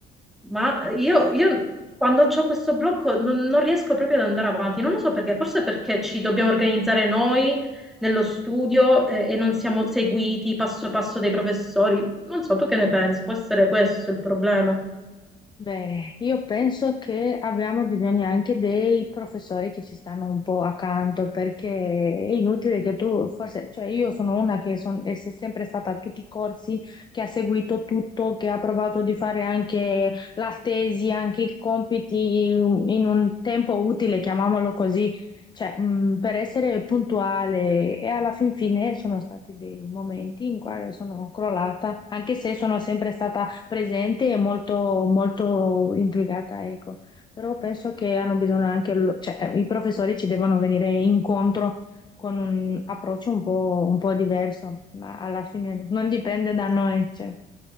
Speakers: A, in the centre; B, on the left (about 25°).
A: Ma
B: beh
A: io,
B: sì.
A: io quando ho questo blocco non, non riesco proprio ad andare avanti, non lo so perché, forse perché ci dobbiamo organizzare noi nello studio eh, e non siamo seguiti passo passo dai professori. Non so, tu che ne pensi? Può essere questo il problema?
B: Beh, io penso che abbiamo bisogno anche dei professori che ci stanno un po' accanto, perché è inutile che tu, forse, cioè io sono una che son- è se- sempre stata a tutti i corsi, che ha seguito tutto, che ha provato di fare anche la tesi, anche i compiti in, in un tempo utile, chiamiamolo così, cioè, mh, per essere puntuale e alla fin fine sono stati dei momenti in cui sono crollata, anche se sono sempre stata presente e molto, molto implicata, ecco. Però penso che hanno bisogno anche, lo- cioè, i professori ci devono venire incontro con un approccio un po', un po' diverso, ma alla fine non dipende da noi, cioè.